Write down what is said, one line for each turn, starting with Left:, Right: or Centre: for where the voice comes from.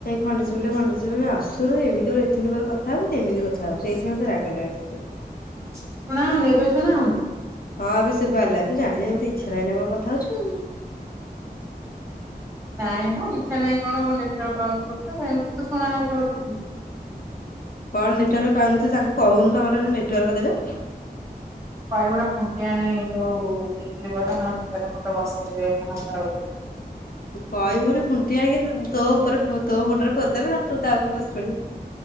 Left: ଖଣ୍ଡେ ଶୁଭୁନି ଖଣ୍ଡେ ଶୁଭୁନି ଆସୁନୁ ଏମିତି ଗୋଟେ ଏ ଦିନ ପରେ କଥା ହବ ଏମିତି କଥା ହବୁ ସେଇଥି ପାଇ ମତେ ରାଗ ଲାଗୁଛି ତତେ।
Right: ଶୁଣା ହଉନି ଏବେ ଶୁଣା ହଉନି।
Left: ହଁ ଏବେ ଶୁଭା ହେଲା ତୁ ଜାଣିଯାଉ ମତେ ଇଚ୍ଛା ନାହିଁ ନା କଣ କଥା ହଉଛୁ?
Right: ନାଇଁ ମ ଇଛା ନାଇଁ। କଣ କଣ ନେଟୱର୍ ପାଉନି କହୁଥୀରେ। ତତେ ଶୁଣା ଯାଉଥିବ <unintelligible> ଠିକ୍ ସେ
Left: କଣ ନେଟୱାର୍କ ପାଉନି ତୁ ତାଙ୍କୁ କହୁନୁ ତମର ନେଟୱାର୍କ ଦେବେ।
Right: କହିବୁ ଗୋଟେ ଖୁଣ୍ଟି ଆଣିବେ ଯୋଉ <unintelligible> ନ ନେଇଗଲା ବସେଇ ଦେବେ ତୁମ ଘର ଆଗରେ।
Left: କହିବୁ ଗୋଟେ ଖୁଣ୍ଟି ଆଣିକି ତୋ ଉପରେ ତୋ ମୁଣ୍ଡରେ ପୋତି ଦେବେ ନହେଲେ ତୋ ତା ଉପରେ ବସି ପଡିବୁ।